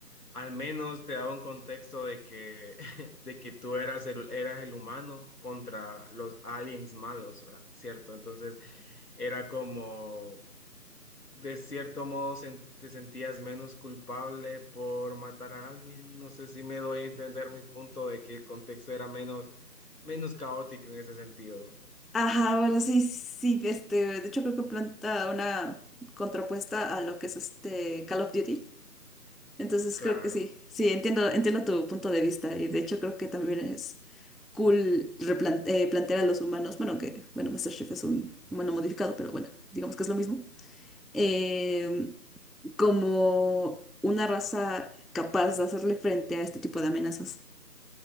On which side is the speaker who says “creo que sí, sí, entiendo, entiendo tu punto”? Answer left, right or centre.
Centre